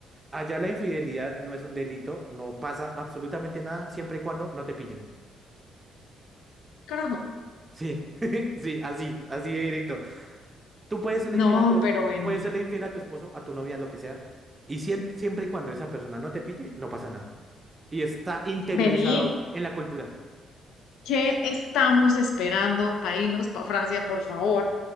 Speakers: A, on the right (about 20°); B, on the left (about 85°).
A: Allá la infidelidad no es un delito, no pasa absolutamente nada siempre y cuando no te pillen.
B: Carajo.
A: Sí, <laughs> sí, así, así de directo. Tú puedes serle
B: No,
A: infiel a tu,
B: pero vení.
A: puedes serle infiel a tu esposo, a tu novia, lo que sea, y sien- siempre y cuando esa persona no te pille, no pasa nada. Y está interiorizado
B: Vení,
A: en la cultura.
B: ¿Qué estamos esperando para irnos para Francia, por favor?